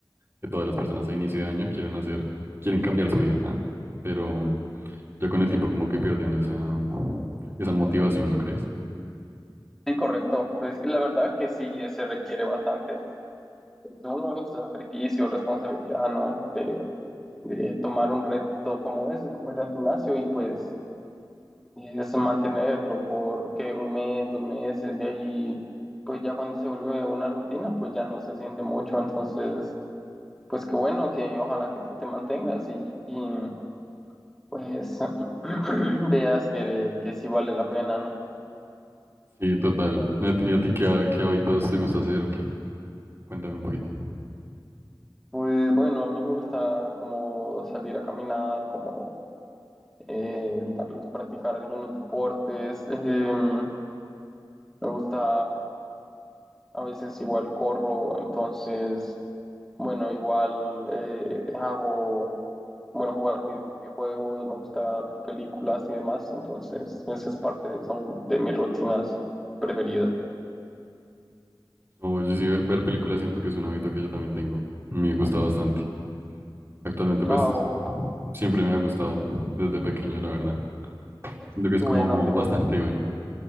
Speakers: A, on the right; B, in the centre.
A: que todas las personas a inicio de año quieren hacer, quieren cambiar su vida, Ah, pero ya con el tiempo como que pierden esa, esa motivación, ¿no crees?
B: Sí, correcto. Pues es que la verdad que sí eh, se requiere bastante pues, uno, ¿no? sacrificio, responsabilidad, ¿no? De, de tomar un reto como ese, como ir al gimnasio y pues, es mantenerlo por ¿qué? un mes, dos meses, de ahí, pues ya cuando se vuelve una rutina, pues ya no se siente mucho, entonces pues qué bueno que ojalá que tú te mantengas y, y, pues <clears throat> veas que, que sí vale la pena, ¿no?
A: Sí, total. ¿Y a ti, y a ti qué, ha- qué hábitos te gusta hacer o qué? Cuéntame un poquito.
B: Pues bueno, a mí me gusta como salir a caminar, como eh, tal vez practicar algunos deportes. em, me gusta, a veces igual corro, entonces, bueno, igual eh, hago, bueno, jugar videojuegos, me gusta ver películas y demás, entonces esa es parte, son de mis rutinas preferidas.
A: O yo sí, ver, ver películas siento que es un hábito que yo también tengo. Me gusta bastante. Actualmente, pues,
B: Oh,
A: siempre me ha gustado desde pequeño, la verdad. Siento que es
B: qué
A: como
B: bueno, qué bueno.
A: bastante bueno.